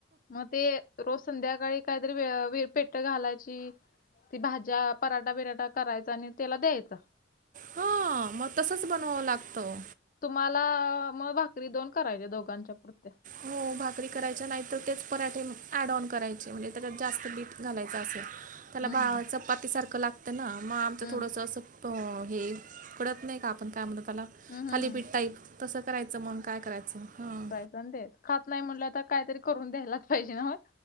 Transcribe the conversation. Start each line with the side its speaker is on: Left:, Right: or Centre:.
Left: मग ते रोज संध्याकाळी काहीतरी व पेट्ट घालायची ती भाज्या पराठा बिराठा करायचा आणि त्याला द्यायचं.
Right: हा मग तसच बनवावं लागतं.
Left: तुम्हाला मग भाकरी दोन करायच्या दोघांच्या पुरत.
Right: हो भाकरी करायच्या नाहीत तेच पराठे ॲड ऑन करायचे म्हणजे त्याच्यात जास्त बीठ घालायचं असेल. त्याला
Left: हम्म
Right: बा
Left: हम्म
Right: चपातीसारखं लागतं ना मग आमचं
Left: हम्म
Right: थोडंसं असं तो हे पडत नाही का आपण काय म्ह त्याला
Left: हम्म हम्म
Right: थालीपीठ
Left: हम्म
Right: टाईप तसं करायचं मन काय करायचं हा.
Left: देत खात नाही म्हटलं तर काहीतरी करून द्यायलाच पाहिजे ना म.